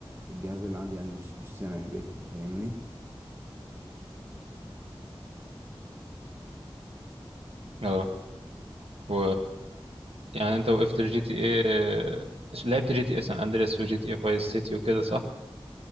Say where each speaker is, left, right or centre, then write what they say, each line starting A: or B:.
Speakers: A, on the right; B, on the right.
A: الجهاز اللي عندي يعني مش مش سامح بيه كده فاهمني
B: اه و يعني انت وقفت الجي تي ايه لعبت جي تي ايه سان اندريس وجي تي ايه فايس سيتي وكده صح؟